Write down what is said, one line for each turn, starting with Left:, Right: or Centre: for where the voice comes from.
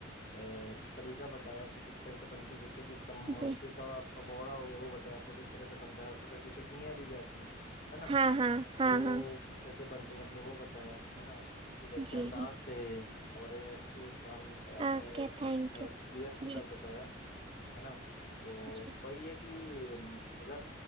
Left: ا طریقہ بتایا کہ کس طرح سے بنتی جیسے کہ سموسے
Right: جی
Left: کاپ پکوڑا ہو گیا وہ بتایا آپ میں کس طرح سے بنتا ہے اس کے سات جو چٹیاں لی جاتی نا
Right: ہاں ہاں
Left: وہ
Right: ہاں ہاں
Left: کیسے بن آ نے وہ بتایا ہے نا ٹھیک اچھے
Right: جی
Left: انداز
Right: جی
Left: سے اور اچھی آپ
Right: اوکے
Left: نے ایک
Right: تھینک
Left: اپنے
Right: یو
Left: ایکسپیرنس کے ساتھ
Right: جی
Left: بتایا ہے نا تو
Right: جی
Left: وہی ایک کہ اگر